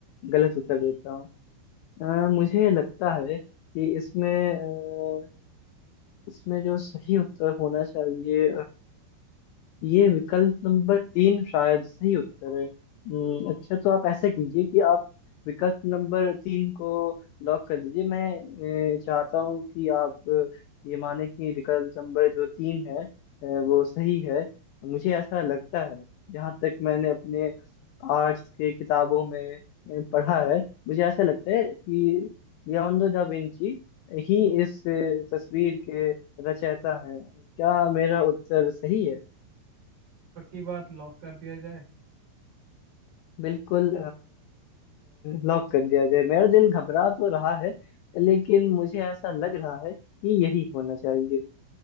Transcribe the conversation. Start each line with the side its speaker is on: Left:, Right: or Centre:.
Left: गलत उत्तर देता हूँ अ, मुझे लगता है कि इसमें अ, इसमें जो सही उत्तर होना चाहिए ये विकल्प नंबर तीन शायद सही उत्तर है हम्म, अच्छा तो आप ऐसा कीजिए कि आप विकल्प नंबर तीन को लॉक कर दीजिए मैं अ, चाहता हूँ कि आप अ, ये माने कि विकल्प नंबर जो तीन है अ, वो सही है मुझे ऐसा लगता है जहाँ तक मैंने अपने आर्ट्स के किताबों में अ, पढ़ा है मुझे ऐसा लगता है कि लियोनार्डो दा विंची ही इस अ, तस्वीर के रचयिता हैं क्या मेरा उत्तर सही है
Right: पक्की बात लॉक कर दिया जाए
Left: बिल्कुल लॉक कर दिया जाए मेरा दिल घबरा तो रहा है लेकिन मुझे ऐसा लग रहा है कि यही होना चाहिए